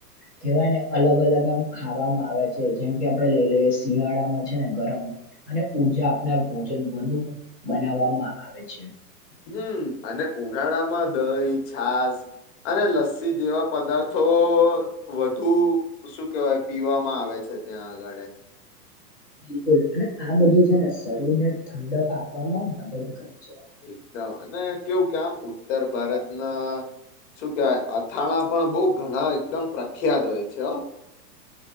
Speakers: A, in the centre; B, on the left.
A: કેવાય ને અલગ-અલગ આમ ખાવામાં આવે છે જેમ કે આપડે લઈ લઈએ શિયાળામાં છે ને ગરમ અને ઉર્જા આપનાર ભોજન વધુ બનાવામાં આવે છે.
B: હમ, અને ઉનાળામાં દહી, છાસ અને લસ્સી જેવા પદાર્થો વધુ શું કેવાય પીવામાં આવે છે. ત્યાં અગાળે.
A: બિલકુલ. અને આ બધું છે ને શરીર ને ઠંડક આપવામાં મદદ કરે છે.
B: એકદમ અને કેવું કે આમ ઉત્તર ભારતના શું કેવાય અથાણા પણ બહુ ઘણા એકદમ પ્રખ્યાત હોય છે હો.